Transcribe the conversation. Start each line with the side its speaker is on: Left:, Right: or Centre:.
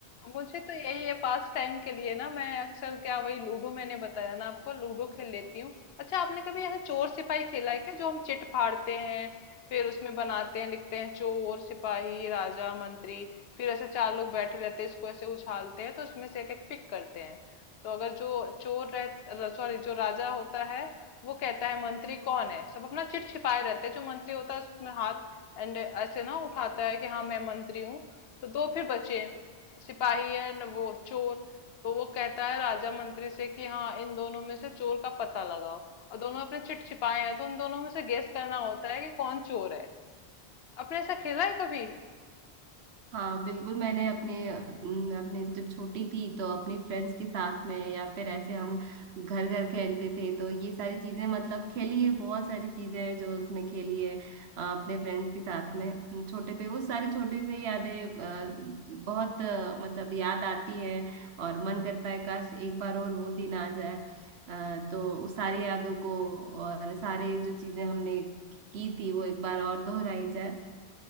Left: मुझे तो यही है पास टाइम के लिए ना मैं अक्सर क्या वही लूडो मैंने बताया ना आपको लूडो खेल लेती हूँ अच्छा आपने कभी ऐसा चोर सिपाही खेला है क्या जो हम चिट फाड़ते हैं फिर उसमें बनाते हैं लिखते हैं चोर सिपाही राजा मंत्री फिर ऐसे चार लोग बैठे रहते हैं इसको ऐसे उछालते हैं तो उसमें से एक एक पिक करते हैं तो अगर जो चोर रह सॉरी जो राजा होता है वो कहता है मंत्री कौन है सब अपना चिट छिपाए रहते हैं जो मंत्री होता है उसमें हाथ एंड ऐसे ना उठाता है कि हाँ मैं मंत्री हूँ तो दो फिर बचे सिपाही है न वो चोर तो वो कहता है राजा मंत्री से कि हाँ इन दोनों में से चोर का पता लगाओ और दोनों अपने चिट छिपाए हैं तो उन दोनों में से गेस करना होता है कि कौन चोर है आपने ऐसा खेला है कभी
Right: हाँ बिल्कुल मैंने अपने अम, अपने जब छोटी थी तो अपने फ्रेंड्स के साथ में या फिर ऐसे हम घर घर खेलते थे तो ये सारी चीजें मतलब खेली है बहुत सारी चीजें हैं जो उसमें खेली है अ, अपने फ्रेंड्स के साथ में अम, छोटे पे वो सारी छोटी सी यादें अ, बहुत अ, मतलब याद आती है और मन करता है काश एक बार और वो दिन आ जाए अ, तो उस सारी यादों को और सारे जो चीजें हमने की थी वो एक बार और दोहराई जाए